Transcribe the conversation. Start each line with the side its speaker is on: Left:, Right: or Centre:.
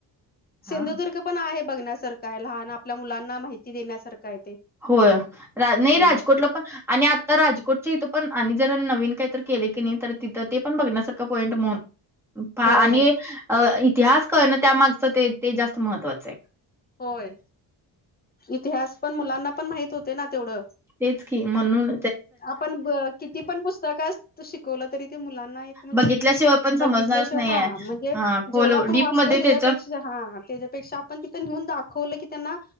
Centre: हा.
Left: सिंधुदुर्ग. पणं आहे बघण्यांसारखं आहे लहांन आपल्यां मुलांना माहिती देण्यांसारखं आहे ते
Centre: होयं नाहीं
Left: अ
Centre: राजकोटलां पणं आणि आ तरं राजकोटच्यां इथं पणं आणि जरं नवीन कांहीं तरं केले की नाहीं तरं तिथं ते पणं बघण्यांसांरखं पॉईंट म्हंण पा
Left: होय
Centre: आणि अ इतिहांस कायं नां त्यांमागचं ते ते जास्तं महत्त्वाचं आहे
Left: होयं इतिहांस पणं मुलांना पणं माहितं होते नां तेवढं
Centre: तेचं की म्हणूंन
Left: आपणं किती पणं पुस्तकं शिकवलं तरी ते मुलांना एक म्हणजे
Centre: बघितल्याशिवाय पण समजणारच
Left: बघितल्यांशिवायं
Centre: नाहीये.
Left: हां म्हणजे
Centre: हा खोल
Left: जेवढां आपणं
Centre: डीपमध्ये
Left: वाचतोयं
Centre: त्याच्या
Left: त्यांच्यापेक्षां हां त्यांच्यापेक्षां कमी आपणं तिथं नेऊन दाखवलं की त्यांनां